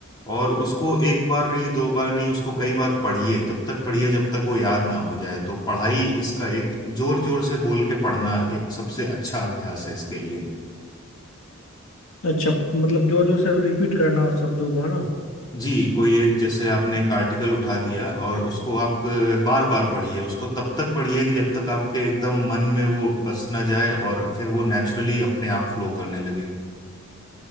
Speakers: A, on the left; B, on the left.
A: और उसको एक बार नहीं दो बार नहीं उसको कई बार पढ़िए तब तक पढ़िए जब तक वो याद ना हो जाए तो पढ़ाई इसका एक जोर जोर से बोल के पढ़ना एक सबसे अच्छा अभ्यास है इसके लिए
B: अच्छा मतलब जोर जोर से रिपीट करना शब्दों को है ना
A: जी कोई एक जैसे आपने एक आर्टिकल उठा दिया और उसको आप बार बार पढ़िए उसको तब तक पढ़िए कि जब तक आपके एकदम मन में वो बस ना जाए और फिर वो नेचुरली अपने आप फ्लो करने लगे